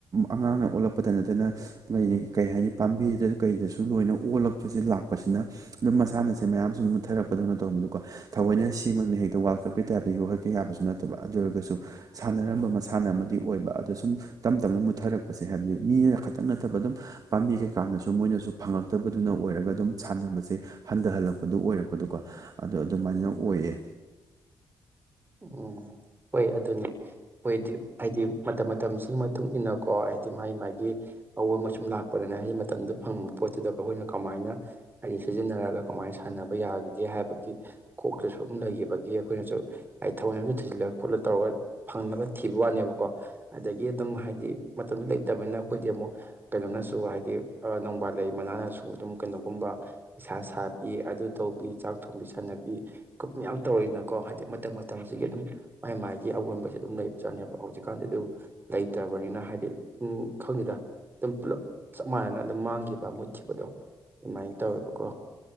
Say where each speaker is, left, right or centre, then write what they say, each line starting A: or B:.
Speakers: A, on the right (about 50°); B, on the right (about 25°).
A: ꯑꯉꯥꯡꯅ ꯑꯣꯜꯂꯛꯄꯗ ꯅꯠꯇꯅ ꯂꯩꯌꯤ ꯀꯩ ꯍꯥꯏꯅꯤ ꯄꯥꯝꯕꯤꯗ ꯀꯩꯗꯁꯨ ꯂꯣꯏꯅ ꯑꯣꯜꯂꯛ ꯐꯨꯖꯤꯜ ꯂꯥꯛꯄꯁꯤꯅ ꯗꯨꯝ ꯃꯁꯥꯟꯅꯁꯦ ꯃꯌꯥꯝ ꯁꯨꯝ ꯃꯨꯊꯔꯛꯄꯗꯧꯅ ꯇꯧꯕꯗꯨꯀꯣ ꯊꯥꯑꯣꯏꯅ ꯁꯤꯃꯛꯅꯥ ꯍꯦꯛꯇ ꯋꯥꯜ ꯀꯞꯀꯤ ꯇꯥꯏꯞꯇ ꯌꯣꯛꯍꯠ ꯀꯦꯌꯥꯕꯁꯨ ꯅꯠꯇꯕ ꯑꯗꯨ ꯑꯣꯏꯔꯒꯁꯨ ꯁꯥꯟꯅꯔꯝꯕ ꯃꯁꯥꯟꯅ ꯑꯃꯗꯤ ꯑꯣꯏꯕ ꯑꯥ ꯇꯥꯁꯨꯝ ꯇꯞ ꯇꯞꯅ ꯃꯨꯠꯊꯔꯛꯄꯁꯦ ꯍꯥꯏꯕꯗꯤ ꯃꯤꯌꯥ ꯈꯥꯠ ꯊꯟ ꯅꯠꯇꯕ ꯗꯨꯝ ꯄꯥꯝꯕꯤꯁꯦ ꯀꯥꯟꯅꯥꯁꯨ ꯃꯣꯏꯅꯁꯨ ꯐꯪꯉꯛꯇꯕꯗꯨꯅ ꯑꯣꯏꯔꯒ ꯑꯗꯨꯝ ꯁꯥꯟꯅꯕꯁꯦ ꯍꯟꯗꯍꯜꯂꯛꯄꯗꯨ ꯑꯣꯏꯔꯛꯄꯗꯨꯀꯣ ꯑꯗꯣ ꯑꯗꯨꯃꯥꯏꯅ ꯑꯣꯏꯌꯦ
B: ꯎꯝ ꯍꯣꯏ ꯑꯗꯨꯅꯦ ꯍꯣꯏꯗꯤ ꯍꯥꯏꯗꯤ ꯃꯇꯝ ꯃꯇꯝꯁꯤꯒꯤ ꯃꯇꯨꯡ ꯏꯟꯅꯀꯣ ꯍꯥꯏꯗꯤ ꯃꯥꯏ ꯃꯥꯒꯤ ꯑꯑꯣꯝꯕ ꯁꯨꯝ ꯂꯥꯛꯄꯗꯅꯦ ꯍꯩ ꯃꯇꯝꯗ ꯐꯪꯕ ꯄꯣꯠꯇꯨꯗ ꯑꯩꯈꯣꯏꯅ ꯀꯃꯥꯏꯅ ꯍꯩ ꯁꯤꯖꯤꯟꯅꯔꯒ ꯀꯃꯥꯏ ꯁꯥꯟꯅꯕ ꯌꯥꯒꯤꯒꯦ ꯍꯥꯏꯕꯒꯤ ꯀꯣꯛꯇ ꯁꯨꯝ ꯂꯩꯈꯤꯕꯒꯤ ꯑꯩꯈꯣꯏꯅꯁꯨ ꯑꯩꯠ ꯊꯋꯣꯜꯃꯁꯨ ꯊꯤꯖꯤꯜꯂ ꯈꯣꯠꯂ ꯇꯧꯔꯒ ꯐꯪꯅꯕ ꯊꯤꯕ ꯋꯥꯅꯦꯕꯀꯣ ꯑꯗꯒꯤ ꯑꯗꯨꯝ ꯍꯥꯏꯗꯤ ꯃꯇꯝꯗꯨ ꯂꯩꯇꯕꯅꯦꯅ ꯑꯩꯈꯣꯏꯗꯤ ꯑꯃꯨꯛ ꯀꯩꯅꯣꯅꯁꯨ ꯍꯥꯏꯗꯤ ꯑꯥ ꯅꯣꯡꯕꯥꯜ ꯂꯩ ꯃꯅꯥꯅꯁꯨ ꯑꯗꯨꯝ ꯀꯩꯅꯣꯒꯨꯝꯕ ꯁꯥ ꯁꯥꯕꯤ ꯑꯗꯨ ꯇꯧꯕꯤ ꯆꯥꯛ ꯊꯣꯡꯕꯤ ꯁꯥꯟꯅꯕꯤ ꯈꯣꯠ ꯃꯌꯥꯝ ꯇꯧꯔꯛꯏꯅꯀꯣ ꯍꯥꯏꯗꯤ ꯃꯇꯝ ꯃꯠ ꯇꯝꯁꯤꯒꯤ ꯑꯗꯨꯝ ꯃꯥꯏ ꯃꯥꯏꯒꯤ ꯑꯑꯣꯟꯕꯁꯦ ꯑꯗꯨꯝ ꯂꯩ ꯖꯥꯠꯅꯦꯕ ꯍꯧꯖꯤꯛꯀꯥꯟꯗꯦ ꯑꯗꯨꯝ ꯂꯩꯇꯕꯅꯤꯅ ꯍꯥꯏꯗꯤ ꯑꯝ ꯈꯪꯗꯦꯗ ꯇꯨꯝꯄꯨꯂꯞ ꯆꯞ ꯃꯥꯟꯅꯅ ꯑꯗꯨꯝ ꯃꯥꯡꯈꯤꯕ ꯃꯨꯠꯈꯤꯕꯗꯣ ꯅ ꯇꯧꯔꯥꯕꯀꯣ